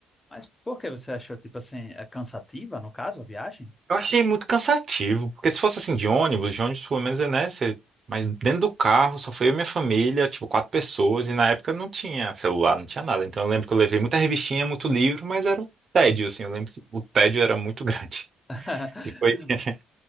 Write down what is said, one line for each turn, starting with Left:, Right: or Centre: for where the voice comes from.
Left: Mas por que você achou, tipo assim, é cansativa, no caso, a viagem?
Right: Eu achei muito cansativo, porque se fosse assim de ônibus, de ônibus pelo menos é, né? Você... Mas dentro do carro só foi eu e minha família, tipo quatro pessoas, e na época não tinha celular, não tinha nada. Então eu lembro que eu levei muita revistinha, muito livro, mas era um tédio, assim. Eu lembro que o tédio era muito <laughs> grande.
Left: <laughs>
Right: E foi. <laughs>